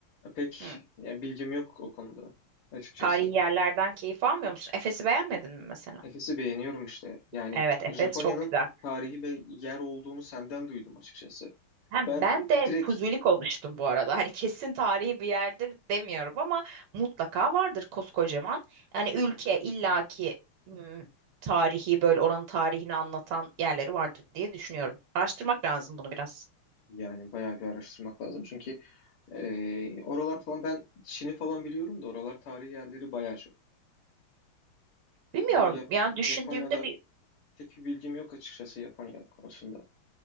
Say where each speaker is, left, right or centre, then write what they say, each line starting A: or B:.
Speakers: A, on the left (about 75°); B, on the right (about 80°).
A: pek
B: Hı.
A: yani bilgim yok o konuda açıkçası.
B: Tarihi yerlerden keyif almıyor musun? Efes'i beğenmedin mi mesela?
A: Efes'i beğeniyorum işte. Yani
B: Evet, Efes
A: Japonya'nın
B: çok güzel.
A: tarihi ve yer olduğunu senden duydum açıkçası.
B: Hem
A: Ben
B: ben de
A: direkt
B: Fuzuli konuştum bu arada. Hani kesin tarihi bir yerdir demiyorum ama mutlaka vardır koskocaman. Yani ülke illaki ım, tarihi böyle oranın tarihini anlatan yerleri vardır diye düşünüyorum. Araştırmak lazım bunu biraz.
A: yani bayağı bir araştırmak lazım. Çünkü e, oralar falan ben Çin'i falan biliyorum da oralar tarihi yerleri bayağı çok.
B: Bilmiyorum
A: Ama Yap-
B: yani düşündüğümde
A: Japonya'da
B: bir
A: pek bir bilgim yok açıkçası Japonya konusunda.